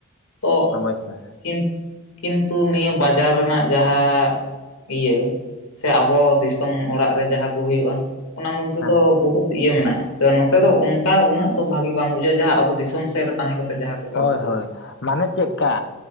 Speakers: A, on the left; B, on the left.
A: ᱛᱚ
B: ᱚᱵᱚᱥᱥᱳᱭ
A: ᱠᱤᱱ ᱠᱤᱱᱛᱩ ᱱᱤᱭᱟᱹ ᱵᱟᱡᱟᱨ ᱨᱮᱱᱟᱜ ᱡᱟᱦᱟᱸ ᱤᱭᱟᱹ ᱥᱮ ᱟᱵᱚ, ᱫᱤᱥᱚᱢ ᱚᱲᱟᱜ ᱨᱮ ᱡᱟᱦᱟᱸ ᱠᱚ ᱦᱩᱭᱩᱜᱼᱟ ᱚᱱᱟ ᱢᱚᱫᱽᱫᱷᱮ
B: ᱦᱮᱸ
A: ᱫᱚ ᱵᱚᱦᱩᱛ, ᱤᱭᱟᱹ ᱢᱮᱱᱟᱜᱼᱟ ᱱᱚᱛᱮ ᱫᱚ ᱚᱱᱠᱟ ᱩᱱᱟᱹᱜ ᱫᱚ ᱵᱷᱟᱜᱤ ᱵᱟᱝ ᱵᱩᱡᱷᱟᱹᱜᱼᱟ ᱡᱟᱦᱟᱸ ᱟᱵᱚ ᱫᱤᱥᱚᱢ ᱥᱮᱫ ᱨᱮ ᱛᱟᱦᱮᱸ ᱠᱟᱛᱮ, ᱡᱟᱦᱟᱸ ᱞᱮᱠᱟ
B: ᱦᱳᱭ,
A: ᱵᱩᱡᱷᱟᱹᱜᱼᱟ
B: ᱦᱳᱭ ᱢᱟᱱᱮ ᱪᱮᱫ ᱠᱟ